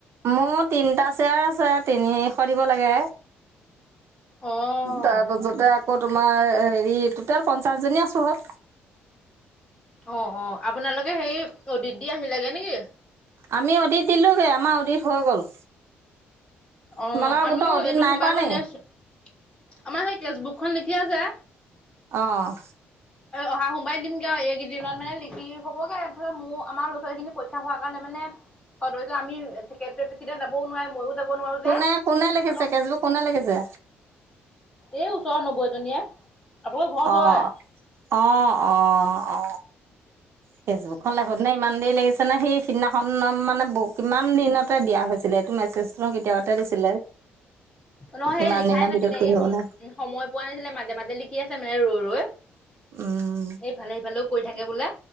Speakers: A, on the right (about 65°); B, on the left (about 20°).
A: মোৰ তিনিটা চেয়াৰ আছে তিনি এশ দিব লাগে
B: অ'
A: তাৰ পাছতে আকৌ তোমাৰ হেৰি টটেল পঞ্চাছজনী আছোঁ ক
B: অ অ আপোনালোকে সে অদিত দি আহি লাগে নেকি
A: আমি অডিট দিলোগে আমাৰ অডিত হৈ গ'ল
B: অ
A: তোমালোকৰ
B: আমিও
A: গোটৰ অডিট
B: এইটো
A: নাই
B: সোমবাই
A: কৰা
B: গঘ
A: নেকি?
B: নেস্ক আমাৰ সেই কেচবুক খন লিখি আছে
A: আহ
B: অহা সোমাই দিমগে আৰু এইকেইদিনত মানে লিখি হবগে তাৰপিছ মোৰ আমাৰ লৰা ছোৱালী খিনি পইচা হোৱাৰ কাৰণে মানে সদস্য যাবও নোৱাৰে ময়ো যাব নোৱাৰো
A: কোনে
B: যে।
A: কোনে লিখিছে
B: আকৌ
A: কেচবোক কোনে লিখিছে
B: এই ওচৰৰ নবৌ এজনীয়ে আপোনালোকৰ ঘৰ ওচৰৰে।
A: অ অ অ অ ফেচবুকখন লাগ নে ইমান দেৰি লাগিছে ন সিদিনা মানে কিমান দিনতে দিয়া হৈছিলে এইটো মেছেজো কেতিয়াবাতে দিছিলে
B: নহয় সেই
A: ইমান
B: লিখাই
A: দিনৰ
B: নাছিলে
A: ভিতৰত কৰি
B: এই সময়
A: হ'বলা
B: উ সময় পোৱা নাছিলে মাজে মাজে লিখি আছে মানে ৰ ৰৈ
A: উম,
B: সেইফালে সেইফালেও কৰি থাকে বোলে।